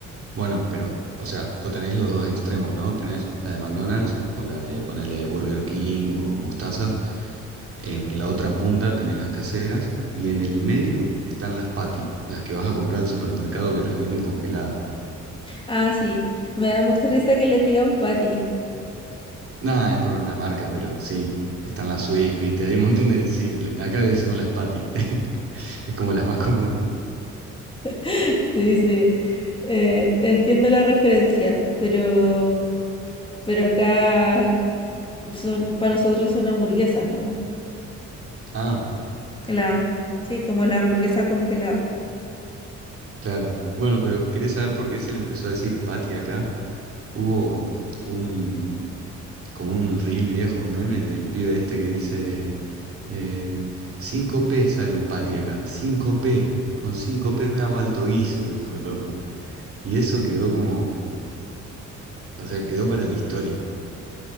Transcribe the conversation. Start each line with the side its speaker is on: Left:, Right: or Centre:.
Right: bueno, pero, o sea, o tenés los dos extremos, ¿no? Tenés la de McDonald's o la de ponerle Burger King o Mostaza. En la otra punta tenés las caseras y en el medio están las patty, las que vas a comprar al supermercado que te las venden congeladas.
Left: Ah, sí, me da mucha risa que les digan patty.
Right: Nada, es por una marca, pero sí. Están las Swift, ¿viste? Hay un montón de... Sí, le- acá le decimos las Patty. <laughs> Es como las más común.
Left: <laughs> Sí, sí. Eh, entiendo la referencia, pero, pero acá son, para nosotros son hamburguesas nomás.
Right: Ah,
Left: La, sí, como la hamburguesa congelada.
Right: claro. Bueno, pero ¿querés saber por qué se le empezó a decir Patty acá? Hubo un... como un reel viejo, un meme del pibe este que dice... Eh, 5P sale un Patty acá. cinco p Con cinco p me hago alto guiso, dijo el loco. Y eso quedó como... O sea, quedó para la historia.